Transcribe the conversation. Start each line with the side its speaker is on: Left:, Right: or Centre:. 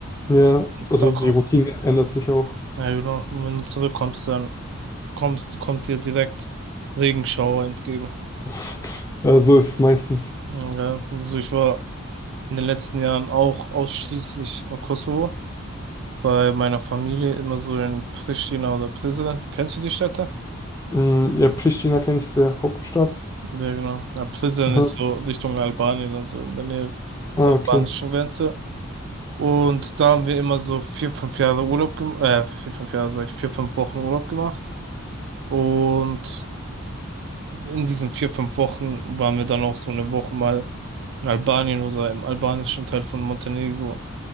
Left: Ja, also
Right: Dann
Left: die
Right: ko-
Left: Routine ändert sich auch.
Right: Ja, genau. Und wenn du zurückkommst, dann kommst, kommt dir direkt Regenschauer entgegen.
Left: <laughs> Äh, so ist es meistens.
Right: Ja, also ich war in den letzten Jahren auch ausschließlich im Kosovo, bei meiner Familie immer so in Pristina oder Prizren. Kennst du die Städte?
Left: Mm, ja, Pristina kenne ich sehr, Hauptstadt.
Right: Ja, genau. na Prizren
Left: Aha.
Right: ist so Richtung Albanien, also in der Nähe
Left: Ah,
Right: der albanischen
Left: okay.
Right: Grenze. Und da haben wir immer so vier, fünf Jahre Urlaub gemacht, äh, vier, fünf Jahre, sag ich, vier, fünf Wochen Urlaub gemacht. Und in diesen vier, fünf Wochen waren wir dann auch so eine Woche mal in Albanien oder im albanischen Teil von Montenegro